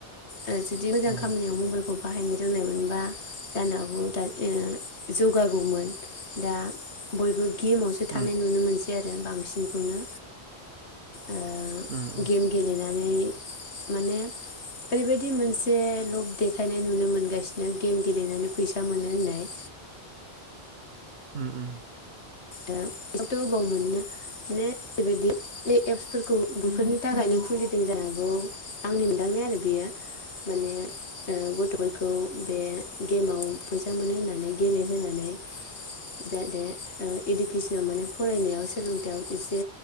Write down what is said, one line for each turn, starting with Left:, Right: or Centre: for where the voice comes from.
Left: ओ जुदि मोजां
Right: उम
Left: खामानियाव मबेइलखौ बाहायनो रोंनायमोनबा जानो हागौ दा ओ जौगागौमोन दा बयबो गेमावसो थानाय
Right: उम
Left: नुनो मोनसै बे आरो बांसिनखौनो ओ
Right: उम
Left: गेम गेलेनानै माने ओरैबायदि मोनसे लब देखायनाय नुनो मोनगासिनो गेम गेलेनानै फैसा मोनो होननाय
Right: ओम ओम
Left: ओ बिसोरथ' अबाव मोननो ने बेबायदि बे एप्सफोरखौ बेफोरनि थाखायनो खुलिदों जानो हागौ आंनि मोनदांनाय आरो बेयो माने ओ गथ'फोरखौ बे गेमाव फैसा मोनो होननानै गेलेहोनानै जाहाथे ओ इडुकेसनाव माने फरायनायाव सो सोलोंथायाव एसे